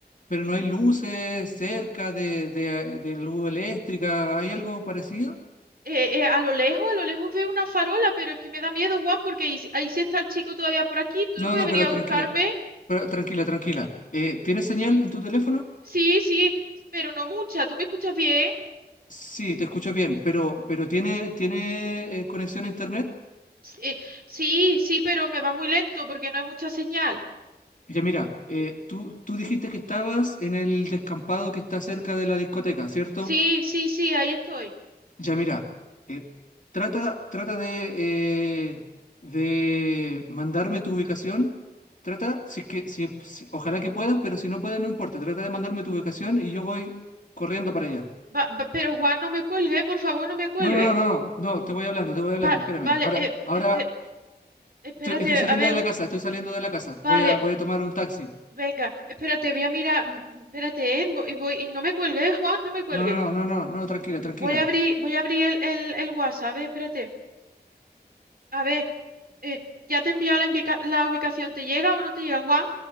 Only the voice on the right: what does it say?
Eh, eh, a lo lejos, a lo lejos veo una farola, pero es que me da miedo, Juan, porque y si- ahí sí está el chico todavía por aquí. ¿Tú
no puedes
venir
a
buscarme?
Sí, sí, pero no mucha. ¿Tú me escuchas bien?
S- eh, sí, sí, pero me va muy lento porque no hay mucha señal.
Sí, sí, sí, ahí estoy.
Va- va- pero Juan, no me cuelgue, por favor, no me cuelgue.
Va-
vale,
eh,
espe- espérate,
a ver.
Vale,
Venga, espérate, voy a mirar, mm, espérate, eh, voy, voy- y no me cuelgue, eh, Juan, no me cuelgue.
Voy a abrir, voy a abrir el, el, el WhatsApp, eh, espérate. A ver, eh, ya te he enviado la, invica- la ubicación, ¿te llega o no te llega, Juan?